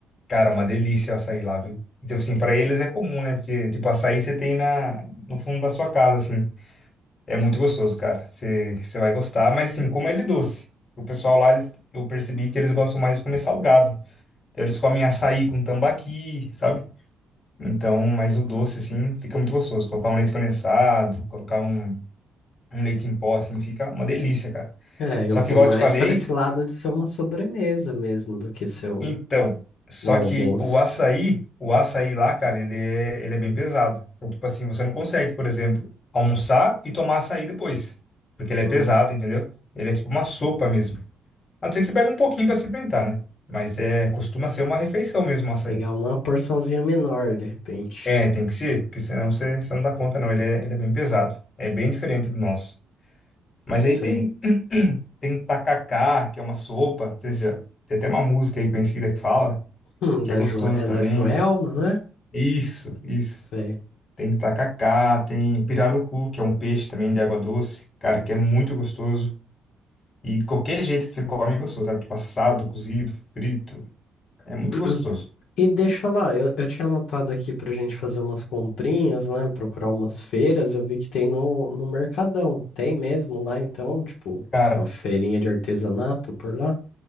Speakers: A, on the left; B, on the left.
A: cara, uma delícia o açaí lá, viu? Então, assim, para eles é comum, né? Porque, tipo, açaí você tem na, no fundo da sua casa, assim. É muito gostoso, cara. Você, você vai gostar, mas, assim, como ele é doce. O pessoal lá, eles, eu percebi que eles gostam mais de comer salgado. Então, eles comem açaí com tambaqui, sabe? Então, mas o doce, assim, fica muito gostoso. Colocar um leite condensado, colocar um um leite em pó, assim, fica uma delícia, cara.
B: É,
A: Só
B: eu vou
A: que, igual
B: mais
A: eu te falei,
B: para esse lado de ser uma sobremesa mesmo do que ser o,
A: então, só
B: o almoço.
A: que o açaí, o açaí lá, cara, ele é, ele é bem pesado. Então, tipo assim, você não consegue, por exemplo, almoçar e tomar açaí depois, porque ele
B: Hum,
A: é pesado, entendeu? Ele é tipo uma sopa mesmo. A não ser que você pegue um pouquinho pra experimentar, né? Mas é, costuma ser uma refeição mesmo o açaí.
B: pegar uma porçãozinha menor, de repente.
A: É, tem que ser, porque senão você, você não dá conta, não. Ele é, ele é bem pesado. É bem diferente do nosso. Mas
B: Sei.
A: aí tem, <clears throat> tem tacacá, que é uma sopa, não sei se já, tem até uma música aí conhecida que fala,
B: Hum,
A: que
B: da
A: é gostoso
B: Jo- é da
A: também.
B: Joelma, né?
A: Isso, isso.
B: Sei.
A: Tem tacacá, tem pirarucu, que é um peixe também de água doce, cara, que é muito gostoso. E qualquer jeito que você come é gostoso, sabe? Tipo assado, cozido, frito, é muito
B: <clears throat>
A: gostoso.
B: E deixa eu falar, eu, eu tinha anotado aqui pra gente fazer umas comprinhas, né? Procurar umas feiras, eu vi que tem no, no Mercadão. Tem mesmo lá, então, tipo,
A: Cara,
B: uma feirinha de artesanato por lá?